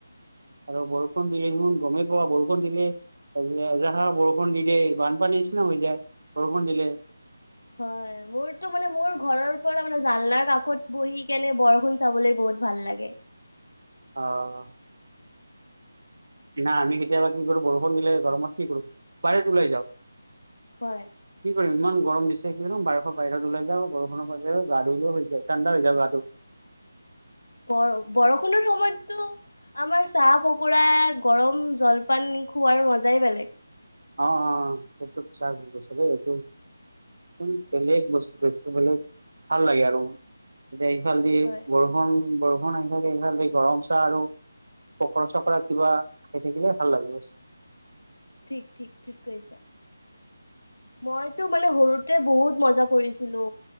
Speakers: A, on the right; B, on the left.
A: আৰু বৰষুণ দিলে দেখোন গমেই পোৱা, বৰষুণ দিলে তাৰপিছে এজাহাৰ বৰষুণ দি দিয়ে, বানপানী নিছিনা হৈ যায়। বৰষুণ দিলে।
B: হয়। মোৰতো মানে মোৰ ঘৰৰ পৰা মানে জালনাৰ কাষত বহি কেনে বৰষুণ চাবলৈ বহুত ভাল লাগে।
A: অ'। না আমি কেতিয়াবা কি কৰো বৰষুণ দিলে গৰমত কি কৰো, বাহিৰত ওলাই যাওঁ।
B: হয়।
A: কি কৰিম ইমান গৰম দিছে, <unintelligible> বাহিৰত ওলাই যাওঁ বৰষুৰ বাবে গা ধুই লৈ হৈ যায়। ঠাণ্ডা হৈ যায় গাটো।
B: বৰ বৰষুণৰ সময়ত তো আমাৰ চাহ-পকৰা, গৰম জলপান খোৱাৰ মজাই বেলেগ।
A: অ', অ', এইটোক চাচ বুলি কৈছে দেই, এইটো ও, পেহীয়েক বস্তু, বস্তু বেলেগ, ভাল লাগে আৰু। এতিয়া এইফালেদি
B: হয়,
A: বৰষুণ বৰষুণ আহি থাকে এইফালেদি গৰম চাহ আৰু পকৰা, চকৰা কিবা খাই থাকিলে ভাল লাগে, বচ।
B: ঠিক, ঠিক, ঠিক কৈছা। মইতো মানে সৰুতে বহুত মজা কৰিছিলো।